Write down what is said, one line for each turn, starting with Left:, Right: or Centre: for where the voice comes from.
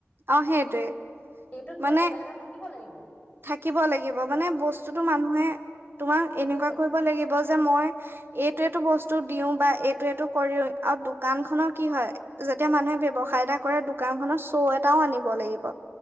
Right: অ' সেইটোৱে।
Left: সেইটো কিবা
Right: মানে
Left: বেলেগ এটা থাকিব লাগিব।
Right: থাকিব লাগিব, মানে বস্তুতো মানুহে তোমাৰ
Left: তুমি
Right: এনেকুৱা কৰিব লাগিব যে মই এইটো এইটো বস্তু দিও বা এইটো কৰিও আৰু দোকান খনৰ কি হয় যেতিয়া মানুহে ব্যৱসায় এটা কৰে দোকান খনৰ শ্ব' এটাও আনিব লাগিব।